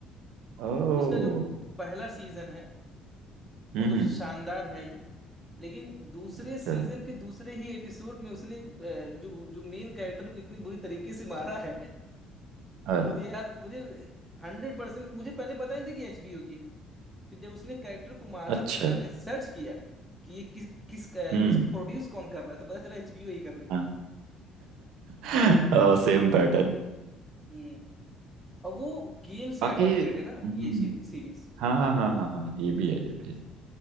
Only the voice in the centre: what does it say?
उसका जो पहला सीजन है वो
तो शानदार है ही लेकिन दूसरे
सीजन के दूसरे ही एपिसोड में उसने अ, जो जो मेन कैरेक्टर को इतनी बुरी तरीके से मारा है
मुझे यार मुझे हंड्रेड परसेंट मुझे पहले पता नहीं था कि एचबीओ की है फिर जब उसने कैरेक्टर को मारा
फिर मैंने सर्च किया कि ये किस किस अ,
कि इसको प्रोड्यूस कौन कर रहा है तो पता चला एचबीओ ही कर रही
है। हम्म और वो गेम से
अडॉप्टेड है ना
ये सीरीज